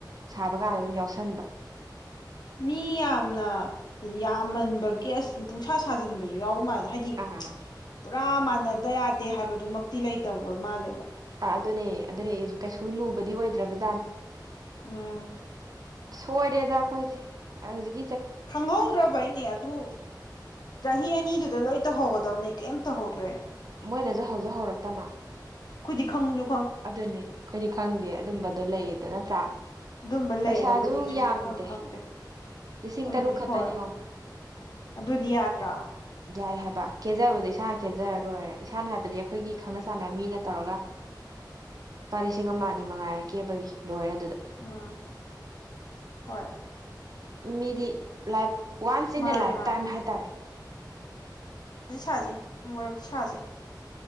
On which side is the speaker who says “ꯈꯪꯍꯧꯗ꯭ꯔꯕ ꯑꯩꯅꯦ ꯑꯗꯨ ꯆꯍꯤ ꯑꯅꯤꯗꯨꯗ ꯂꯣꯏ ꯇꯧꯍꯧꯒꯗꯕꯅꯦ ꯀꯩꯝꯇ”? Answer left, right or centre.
Left